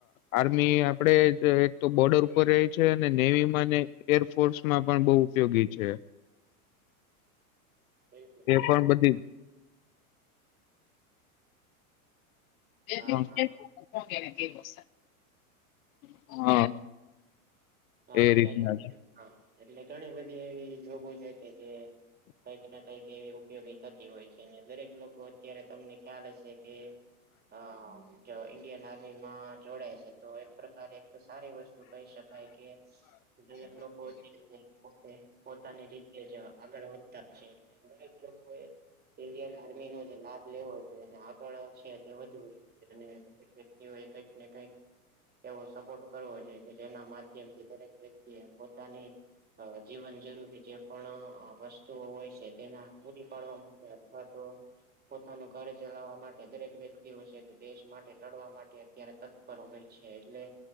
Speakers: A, on the left; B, on the right.
A: આર્મી આપડે એક તો બોર્ડર ઉપર રહી છે અને નેવીમાં ને એરફોર્સમાં પણ બહુ ઉપયોગી છે.
B: બિલકુલ બિલકુલ.
A: પણ બધી <unintelligible>
B: હા હા
A: હા.
B: હા
A: એ
B: એટલે
A: રીતના
B: કેન
A: છે
B: એટલે ઘણી બધી એવી જો <unintelligible> કે જે કઈક ના કઈક એવી ઉપયોગી થતી હોય છે દરેક લોકો અત્યારે તમને ખ્યાલ હશે કે અ હું કેવાય ઇન્ડિયન આર્મી માં જોડાય છે. તો એક પ્રકારે એક સારી વસ્તુ કહી શકાય કે ગરીબ લોકો છે. પોતે પોતાની રીતે જ છે આગળ વધતા છે. એટલે દરેક લોકો એ ઇન્ડિયન આર્મીનો જે લાભ લેવો જોઈએ અને આગળ છે તે વધવો જોઈએ અને દરેક વ્યતિઓ કઈક ને કઈક એવો સપોર્ટ કરવો છે કે જેના મા જેમથી દરેક વ્યક્તિએ પોતાની હવે જીવન જરૂરી જે પણ વસ્તુઓ હોય છે તેના પૂરી પાડવા માટે હા તો પોતાનું ઘર ચલાવવા માટે દરેક વ્યક્તિઓ છે, તે દેશ માટે લડવા માટે અત્યારે તક પર હોય છે, એટલે